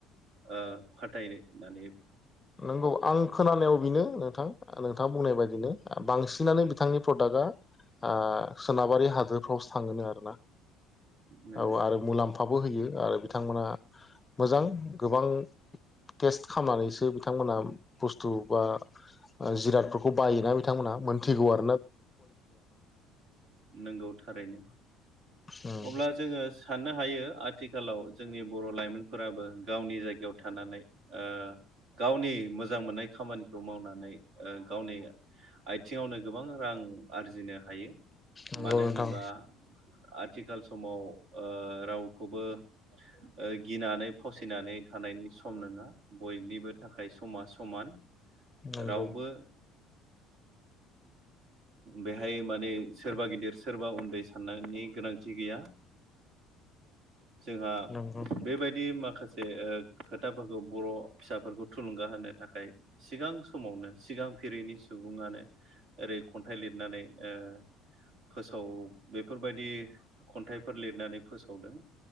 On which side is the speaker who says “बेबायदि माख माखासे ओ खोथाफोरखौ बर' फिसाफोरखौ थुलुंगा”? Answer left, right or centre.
Right